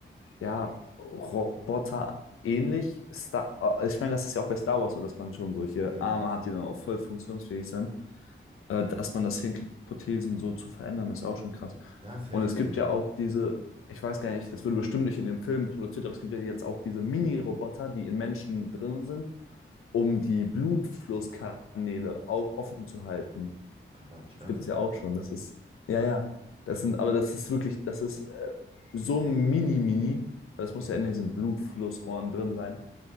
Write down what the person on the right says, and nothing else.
ja.
Das ist heftig,
ne?
Quatsch,
ernsthaft?
Ja.